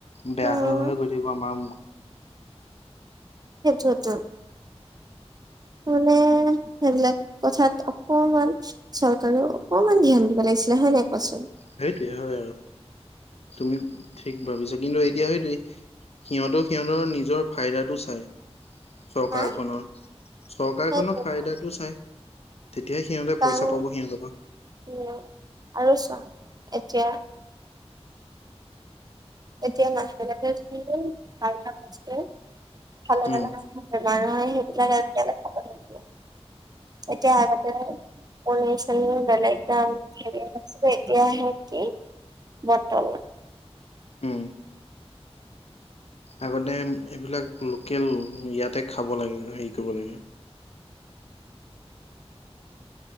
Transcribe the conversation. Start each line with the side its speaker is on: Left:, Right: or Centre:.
Left: বেয়া
Right: উম
Left: হৈ হৈ গৈ থাকিব আমাৰ
Right: সেইটোৱেটো। মানে সেইবিলাক কথাত অকমান চৰকাৰে অকমান ধ্যান দিব লাগিছিলে হয় নাই কোৱাচোন?
Left: সেইটোৱে হয় আৰু তুমি ঠিক ভাবিছা কিন্তু এতিয়া সেইটোৱেই। সিহঁতেও সিহঁতৰ নিজৰ ফাইদাটো চাই। চৰকাৰখনৰ,
Right: হা
Left: চৰকাৰখনৰ
Right: সেইটোৱেতো
Left: ফাইদাটো চাই। তেতিয়া সিহঁতে
Right: কাৰণ
Left: পইচা পাব সিহঁতৰ পাৱা।
Right: উম, আৰু চোৱা এতিয়া এতিয়া <unintelligible> মানুহে সেইবিলাক আজিকালি
Left: উম
Right: চাব লাগিব এতিয়া আগতে <unintelligible> এতিয়া আহে কি? <unintelligible>
Left: উম আগতে এইবিলাক লোকেল ইয়াতে খাব লাগে হেই কৰিব লাগে।